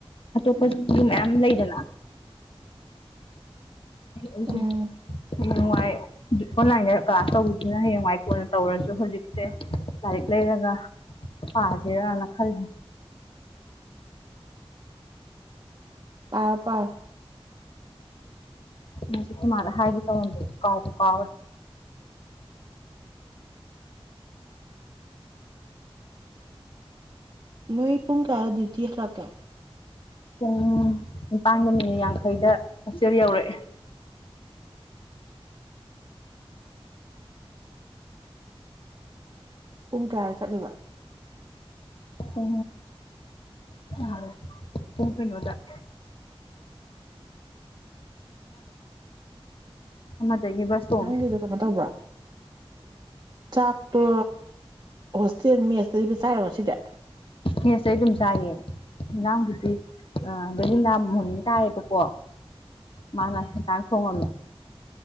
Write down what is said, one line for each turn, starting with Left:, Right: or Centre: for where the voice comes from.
Left: ꯑꯇꯣꯞꯄ ꯃꯌꯥꯝ ꯂꯩꯗꯅ ꯑꯩꯁꯦ
Right: ꯎꯝ
Left: ꯍꯌꯦ ꯅꯨꯡꯉꯥꯏ ꯑꯣꯟꯂꯥꯏꯟꯗ ꯀ꯭ꯂꯥꯁ ꯇꯧꯕꯗꯨꯅ ꯍꯌꯦꯡꯋꯥꯏ ꯀꯣꯟꯅ ꯇꯧꯔꯁꯨ ꯍꯧꯖꯤꯛꯁꯦ ꯂꯥꯏꯔꯤꯛ ꯂꯩꯔꯒ ꯄꯥꯁꯦꯔꯅ ꯈꯜꯂꯤ
Right: ꯄꯔ ꯄꯔ
Left: ꯉ ꯊꯃꯅ ꯍꯥꯏꯒꯦ ꯇꯧꯔꯝꯗ꯭ꯔ ꯀꯥꯎꯁꯨ ꯀꯥꯎ
Right: ꯅꯣꯏ ꯄꯨꯡꯀꯥꯔꯥ ꯗꯌꯇ ꯍꯂꯀ
Left: ꯄꯨꯡ ꯅꯤꯄꯥꯥꯟꯒ ꯃꯤꯅꯤꯠ ꯌꯥꯡꯈꯩꯗ ꯍꯛꯆꯦꯜ ꯌꯧꯔꯛꯑꯦ
Right: ꯄꯨꯡ ꯀꯌꯥꯗ ꯆꯠꯂꯤꯕ
Left: ꯎ ꯀ ꯍꯗ ꯑꯃꯗ ꯕꯁ ꯇꯣꯡꯉꯦ
Right: ꯅꯪꯒꯤꯗꯨꯣ ꯀꯩꯅꯣ ꯇꯧꯕ꯭ꯔꯣ ꯆꯥꯛꯇꯣ ꯍꯣꯁꯇꯦꯜ ꯃꯦꯁꯇ ꯂꯩꯕ ꯆꯥꯏꯔꯣ ꯁꯤꯗ
Left: ꯍꯦꯁꯦ ꯑꯩ ꯑꯗꯨꯝ ꯆꯥꯏꯌꯦ ꯌꯦꯟꯖꯥꯡꯕꯨꯗꯤ ꯕꯦꯂꯤꯟꯗꯥ ꯃꯣꯔꯡ ꯇꯥꯏꯌꯦꯕꯀꯣ ꯃꯥꯅ ꯍꯟꯁꯥꯡ ꯊꯣꯡꯉꯝꯃꯦ